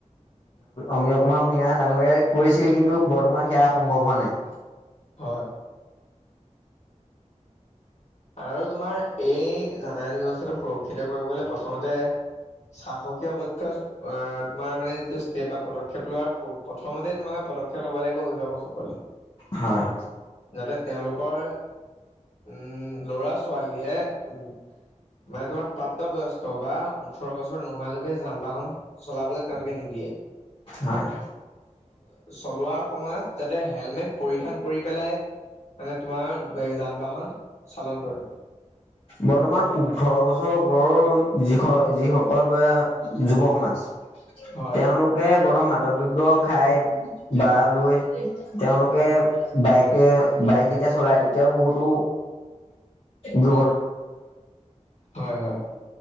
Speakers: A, on the left; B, on the left.
A: অমীয়া কুমাৰ ভূঞা ডাঙৰীয়াই। কৰিছিল কিন্তু বৰ্তমান সেয়া স সম্পূৰ্ণ হোৱা নাই।
B: হয়। আৰু তোমাৰ এই যাতায়ত ব্যৱস্থাটো সুৰক্ষিত কৰিবলৈ প্ৰথমতে শাসকীয় পক্ষ তোমাৰ মানে যি ষ্টেপ বা পদক্ষেপ লোৱাৰ প্ৰথমতে তোমালে পদক্ষেপ ল'ব লাগিব অভিভাৱকসকলে।
A: হয়।
B: তাতে তেওঁলোকৰ উম। ল'ৰা ছোৱালীয়ে উম মানে তোমাৰ প্ৰাপ্তবয়স্ক বা ওঠৰ বছৰ নোহোৱালৈকে যান বাহন চলাবলৈ তেওঁলোকে নিদিয়ে।
A: হয়।
B: চ চলোৱাৰ সময়ত যাতে হেলমেট পৰিধান কৰি পেলাই মানে তোমাৰ যান বাহন চালন কৰে।
A: বৰ্তমান ওঠৰ বছৰৰ ওপৰৰ যি যিসকল যুৱ সমাজ
B: হয়
A: তেওঁলোকে বৰ্তমান মাদক দ্ৰব্য খাই বা লৈ তেওঁলোকে বাইক কে বাইক যেতিয়া চলাই তেতিয়াও বহুতো ৰু
B: হয় হয়।